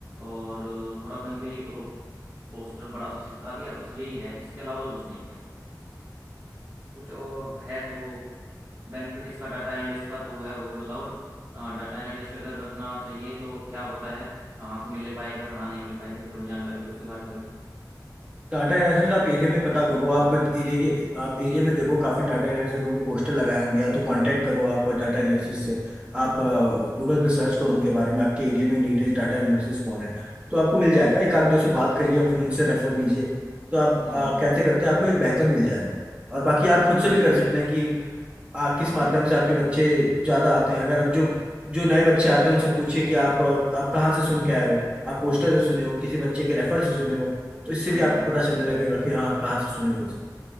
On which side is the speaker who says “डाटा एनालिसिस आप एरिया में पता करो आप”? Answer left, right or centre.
Right